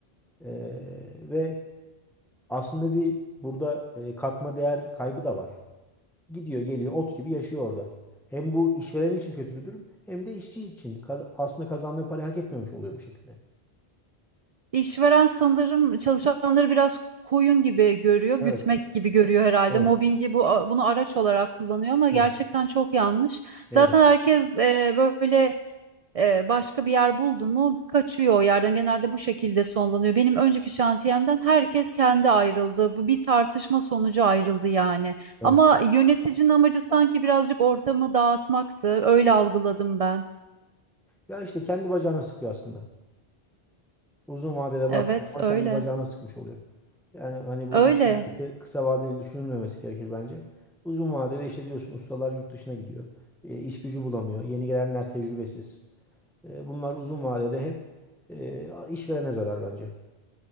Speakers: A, in the centre; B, on the right (about 50°).
A: Ee, ve aslında bir burada e, katma değer kaybı da var. Gidiyor geliyor ot gibi yaşıyor orada. Hem bu işveren için kötü bir durum hem de işçi için Kaz- aslında kazandığı parayı hak etmemiş oluyor bu şekilde.
B: İşveren sanırım çalışanları biraz koyun gibi görüyor, gütmek
A: Evet,
B: gibi görüyor herhalde.
A: evet,
B: Mobbingi bu bunu araç olarak kullanıyor ama
A: evet.
B: gerçekten çok yanlış.
A: Doğru.
B: Zaten herkes e, böyle e, başka bir yer buldu mu kaçıyor o yerden. Genelde bu şekilde sonlanıyor. Benim önceki şantiyemden herkes kendi ayrıldı. Bu bir tartışma sonucu ayrıldı yani.
A: Evet.
B: Ama yöneticinin amacı sanki birazcık ortamı dağıtmaktı. Öyle algıladım ben.
A: Ya işte kendi bacağına sıkıyor aslında. Uzun vadede baktığınız
B: Evet,
A: zaman
B: öyle.
A: kendi bacağına sıkmış oluyor. Yani hani bu
B: Öyle,
A: iş hayatı kısa vadeli düşünülmemesi gerekir bence. Uzun vadede işte diyorsun ustalar yurt dışına gidiyor. E, iş gücü bulamıyor. Yeni gelenler tecrübesiz. E, bunlar uzun vadede hep e, işverene zarar bence.